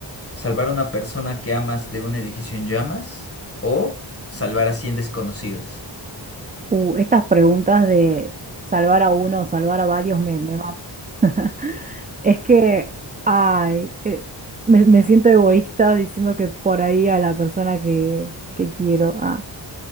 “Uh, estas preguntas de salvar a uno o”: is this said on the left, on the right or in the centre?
Right